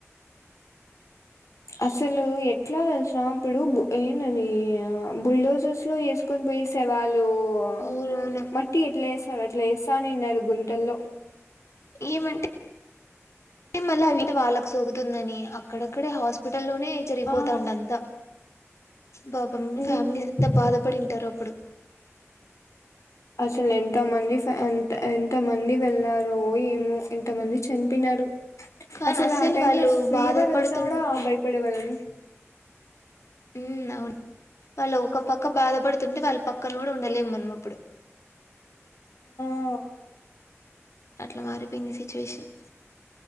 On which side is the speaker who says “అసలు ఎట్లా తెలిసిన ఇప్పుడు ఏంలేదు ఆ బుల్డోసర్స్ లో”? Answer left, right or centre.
Left